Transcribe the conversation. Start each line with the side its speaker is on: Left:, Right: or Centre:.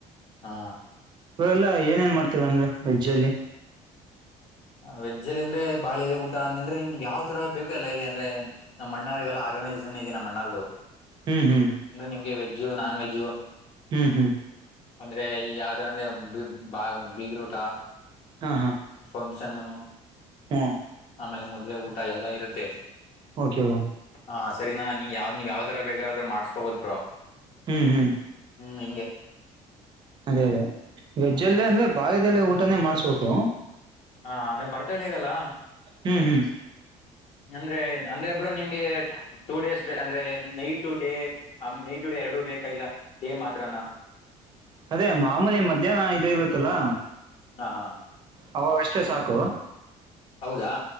Left: ಹಾ
Right: ಇ ಎಲ್ಲಾ ಏನ ಏನ್ ಮಾಡ್ತಿಲ್ಲ ಅಂದ್ರೆ ವೆಜ್ ಅಲ್ಲಿ
Left: ವೆಜ್ಜಲ್ಲಿ ಅಂದ್ರೆ ಬಾಳ ಇದೆ ಊಟ ಅ ಅಂದ್ರೆ ನಿಮ್ಗೆ ಯಾವ ತರ ಬೇಕು ಎಲ್ಲ ಇದೆ ಅಂದ್ರೆ ನಮ್ಮ್ಣ್ಣಾರರಿಗೆಲ್ಲ ಆರ್ಗನೈಸೇಷನ್ ಇದೆ ನಮ್ಮಣ್ಣಾ
Right: ಹ್ಮ್ ಹ್ಮ್
Left: ಅಂದ ನಿಮ್ಗೆ ವೆಜ್ ನಾನ್ ವೆಜ್ಜು
Right: ಹ್ಮ್ ಹ್ಮ್
Left: ಅಂದ್ರೆ ಈ ಯಾವ್ದರ ಅಂದ್ರೆ ಬಾ ಬೀಗ ರೂಟ
Right: ಹಾ ಹಾ
Left: ಫಂಕ್ಷನ್ನು
Right: ಹ್ಂ
Left: ಆಮೇಲೆ ಮದ್ವೆ ಊಟ ಎಲ್ಲಾ ಇರುತ್ತೆ
Right: ಓಕೆ
Left: ಹಾ ಸರಿನಾ ನೀವು ಯಾವ್ ನೀವ್ ಯಾವ ತರ ಬೇಕಾರ್ರ ಮಾಡ್ಸ್ಕೋಬಹ್ ಬ್ರೋ
Right: ಹ್ಮ್ ಹ್ಮ್
Left: ಹ್ಮ್ ಹಂಗೆ
Right: ಅದೇ ಅದೇ ವೆಜ್
Left: ಹ್ಮ್
Right: ಅಲ್ಲೇ
Left: ಹ
Right: ಅಂದ್ರೆ ಬಾಳೆದಲ್ಲೇ ಊಟನೇ ಮಾಡ್ಸ್ಬೇಕು
Left: ಹಾ ಅಂದೇ ಬರ್ತಾಡೆ ಹೇಗಲ್ಲ
Right: ಹ್ಮ್ ಹ್ಮ್
Left: ಅಂದ್ರೆ ಅಂದ್ರೆ ಒಬ್ಬರು ನಿಮ್ಗೆ ಟೂ ಡೇಸ್ ಬ ಅಂದ್ರೆ ನೈಟ್ ಟು ಡೇ ನೈ ಟ ಡ ಎರಡು ಬೇಕ ಇಲ್ಲ ದೇ ಮಾತ್ರನಾ
Right: ಅದೇ ಮಾಮೂಲಿ ಮಧ್ಯಾಹ್ನ ಇ ಇರುತ್ತಲ್ಲಾ
Left: ಹಾ ಹಾ
Right: ಅವ ಅಷ್ಟೇ ಸಾಕು
Left: ಹೌದಾ